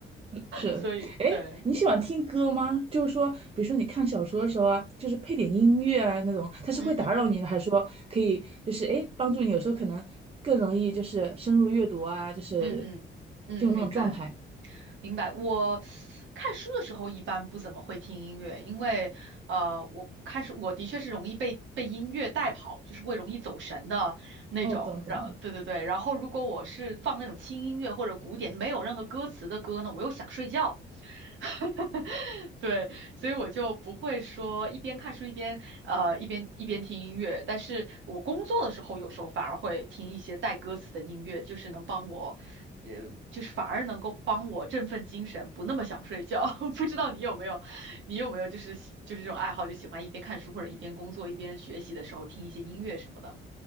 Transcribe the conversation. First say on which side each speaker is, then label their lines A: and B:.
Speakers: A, on the right; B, on the right.
A: 是，
B: <laughs> 所以对，
A: 哎，你喜欢听歌吗？就是说，比如说你看小说的时候啊，就是配点音乐啊那种，它是会打扰你呢，
B: 嗯嗯
A: 还是说可以就是哎帮助你？有时候可能更容易就是深入阅读啊，就是
B: 嗯嗯嗯，
A: 进入那种状态。
B: 明白。明白。我看书的时候一般不怎么会听音乐，因为呃，我看书我的确是容易被被音乐带跑，就是会容易走神的那种。
A: 哦，懂懂。
B: 然后对对对，然后如果我是放那种轻音乐或者古典没有任何歌词的歌呢，我又想睡觉。<laughs> 对，所以我就不会说一边看书一边呃一边一边听音乐，但是我工作的时候有时候反而会听一些带歌词的音乐，就是能帮我，呃，就是反而能够帮我振奋精神，不那么想睡觉。<laughs> 不知道你有没有，你有没有就是喜就是这种爱好，就喜欢一边看书或者一边工作一边学习的时候听一些音乐什么的。